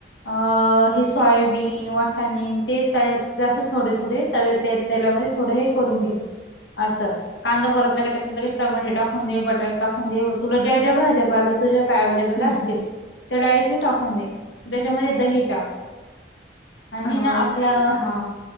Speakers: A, on the left; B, on the left.
A: अ हे सोयाबीन वा वाटणे आणि ते तळायचे थोडे थोडे त्या तेलामध्ये थोडं हे करून घे असं कांदा परतला की लगेच टमाटे टाकून ते बटाटा टाकून देऊ तुला ज्या ज्या भाज्यापाल्या तुझ्या कडे अवेलेबल
B: हम्म
A: असतील.
B: हम्म
A: त्या डायरेक्टली टाकून दे त्याच्यामध्ये दही टाक आणि
B: अ
A: ना आपलं
B: हा.